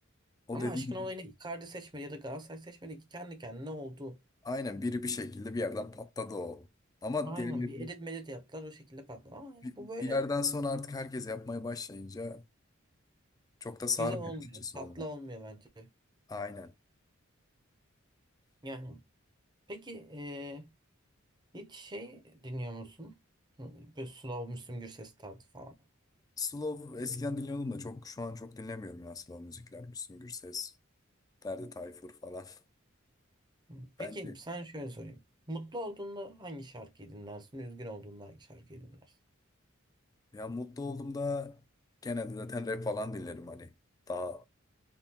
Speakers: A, on the left; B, on the right.
A: o
B: Ama
A: dediğin
B: aşkın olayını Icardi seçmedi ya da Galatasaray seçmedi ki kendi kendine oldu.
A: aynen biri bir şekilde bir yerden patladı o. Ama
B: Aynen
A: diğerleri
B: bir edit medit yaptılar o şekilde patladı. Ama ya
A: bir,
B: bu böyle
A: bir yerden sonra artık herkes yapmaya başlayınca çok da sarmıyor
B: güzel olmuyor.
A: açıkçası
B: Tatlı
A: onlar.
B: olmuyor bence.
A: Aynen.
B: Yani peki eee, hiç şey dinliyor musun? Hı, Böyle slow Müslüm Gürses tarzı falan.
A: Slow eskiden dinliyordum da çok şu an çok dinlemiyorum ya slow müzikler. Müslüm Gürses, Ferdi Tayfur falan. <laughs>
B: Hı, Peki
A: Bence
B: sana şöyle sorayım. Mutlu olduğunda hangi şarkıyı dinlersin? Üzgün olduğunda hangi şarkıyı dinlersin?
A: Ya mutlu olduğumda genelde zaten rap falan dinlerim hani. Daha